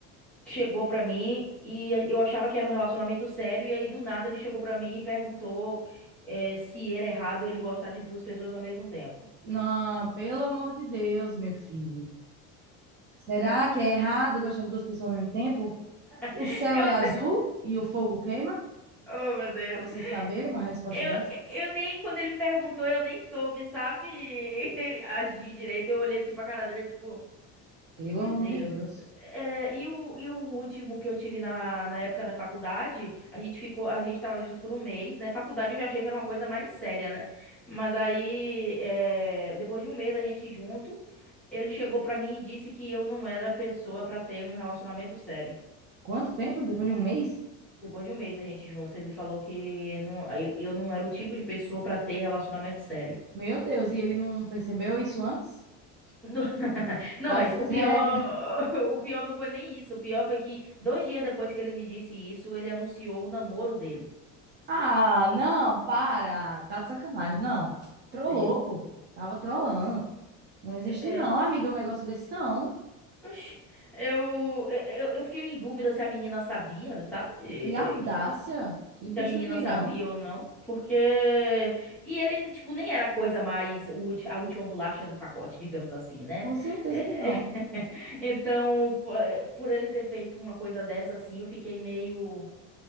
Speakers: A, in the centre; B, on the right.
A: chegou pra mim e eu achava que era um relacionamento sério. E aí, do nada, ele chegou pra mim e perguntou, é, se era errado ele gostar de duas pessoas ao mesmo tempo.
B: Não, pelo amor de Deus, meu filho. Será que é errado gostar de duas pessoas ao mesmo tempo? O
A: <laughs>
B: céu
A: Eu
B: é azul
A: nem...
B: e o fogo queima?
A: Oh, meu Deus.
B: Pra você saber uma resposta
A: Eu,
B: dessa?
A: eu nem, quando ele perguntou, eu nem soube, sabe, <laughs> agir direito. Eu olhei assim pra cara dele, tipo.
B: Pelo
A: Meu
B: amor
A: Deus.
B: de Deus.
A: É, e o, e o último que eu tive na, na época da faculdade, a gente ficou, a gente tava junto por um mês, né? Faculdade eu já achei que era uma coisa mais séria, né? Mas aí, é, depois de um mês da gente junto, ele chegou pra mim e disse que eu não era a pessoa pra ter um relacionamento sério.
B: Quanto tempo? Depois de um mês?
A: Depois de um mês da gente junto, ele falou que não, eu eu não era o tipo de pessoa pra ter relacionamento sério.
B: Meu Deus, e ele não percebeu isso antes?
A: <laughs> Não,
B: Tá
A: mas
B: cego.
A: o pior,
B: <laughs>
A: <laughs> o pior não foi nem isso. O pior foi que dois dias depois que ele me disse isso, ele anunciou o namoro dele.
B: Ah, não, para. Tá de sacanagem. Não. Trollou,
A: Sim.
B: pô. Tava trollando. Não existe,
A: É,
B: não,
A: é.
B: amiga, um negócio desse, não.
A: Oxi, eu, é, é, eu, eu fiquei em dúvida se a menina sabia, sabe? É,
B: Que audácia.
A: é, que,
B: Que bicho
A: se a menina
B: tirão.
A: sabia ou não. Porque. E ele, tipo, nem era a coisa mais. o ulti- A última bolacha do pacote, digamos assim, né?
B: Com certeza
A: É,
B: que não.
A: <laughs> Então, po- é, por ele ter feito uma coisa dessa, assim, eu fiquei meio.